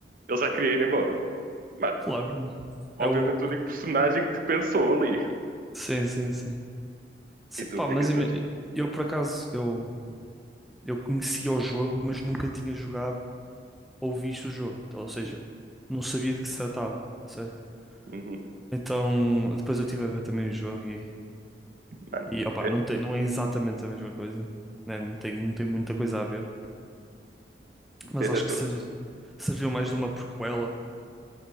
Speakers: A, on the right (about 50°); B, in the centre.
A: Ele já queria ir embora. Mano,
B: Claro,
A: obviamente
B: é o.
A: o único personagem que te pensou ali.
B: Sim, sim, sim. Sim,
A: E tu,
B: pá,
A: o que
B: mas
A: é que achaste?
B: ime- eu por acaso eu eu conhecia o jogo, mas nunca tinha jogado ou visto o jogo, Então, ou seja, não sabia de que se tratava, certo?
A: Uhum.
B: Então, depois eu estive a ver também o jogo e,
A: Mano,
B: e opa,
A: ve-
B: não tem, não é exatamente a mesma coisa, né? Não tem, não tem muita coisa a ver,
A: ver
B: mas acho
A: a tua...
B: que se- serviu mais de uma prequela.